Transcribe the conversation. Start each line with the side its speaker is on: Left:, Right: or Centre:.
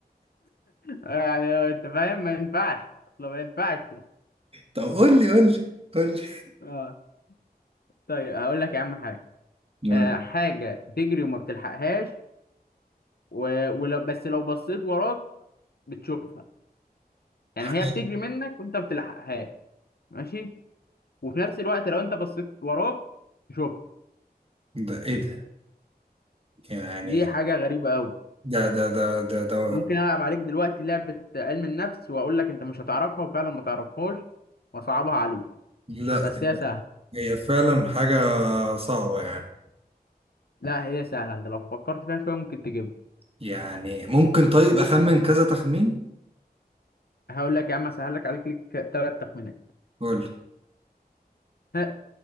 Left: يعني انت فاهم ما ينفعش اصلا ما ينفعش
Right: طب قول لي قول لي قول لي
Left: اه طيب هقول لك يا عم حاجه
Right: قول
Left: آه حاجه بتجري وما بتلحقهاش و... ولو بس لو بصيت وراك بتشوفها يعني
Right: لي.
Left: هي بتجري منك وانت ما بتلحقهاش ماشي وفي نفس الوقت لو انت بصيت وراك تشوفها
Right: ده إيه ده؟ يعني
Left: دي حاجه غريبه قوي
Right: ده ده ده ده ده
Left: ممكن العب عليك دلوقتي لعبه علم النفس واقول لك انت مش هتعرفها وفعلا ما تعرفهاش واصعبها عليك
Right: لا
Left: بس
Right: ده-
Left: هي سهله
Right: هي فعلا حاجة صعبة يعني
Left: لا هي سهله انت لو فكرت فيها شويه ممكن تجيبها
Right: يعني ممكن طيب أخمن كذا تخمين؟
Left: هقول لك يا عم اسهل لك عليك ليك ثلاث تخمينات
Right: قول
Left: ها